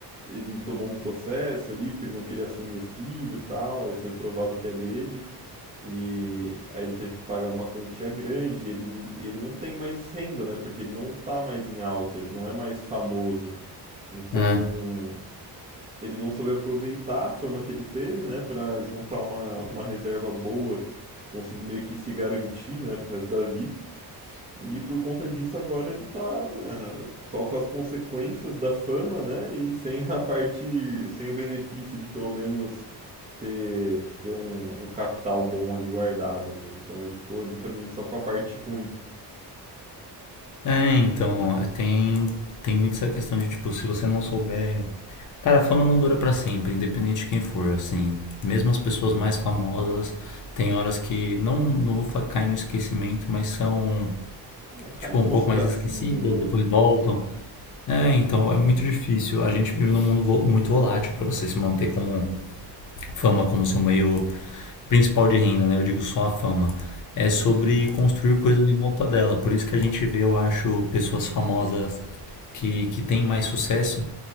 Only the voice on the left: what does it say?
É.
É, então, tem, tem muito essa questão de, tipo, se você não souber. Cara, a fama não dura pra sempre, independente de quem for, assim. Mesmo as pessoas mais famosas têm horas que não, não vou fa- cair no esquecimento, mas são,
tipo,
um pouco
mais esquecidas,
depois voltam. É, então é muito difícil. A gente vive num mundo vo- muito volátil pra você se manter como fama, como seu meio principal de renda, né? Eu digo só a fama. É sobre
construir coisas em volta dela. Por isso que a gente vê, eu acho, pessoas famosas que, que tem mais sucesso,